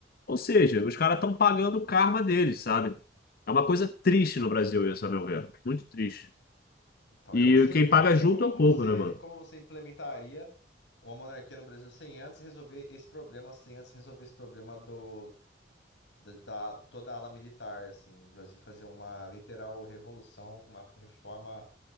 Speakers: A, on the left; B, on the left.
A: Ou seja, os caras estão pagando o karma deles, sabe? É uma coisa triste no Brasil isso, a meu ver. Muito triste.
B: Então,
A: E
B: eu não sei,
A: quem
B: eu
A: paga
B: não sei
A: junto
B: como
A: é o povo,
B: você,
A: né, mano?
B: como você implementaria uma monarquia no Brasil sem antes resolver esse problema, sem antes resolver esse problema do da, da- toda a ala militar, assim, do Brasil fazer uma literal revolução, uma reforma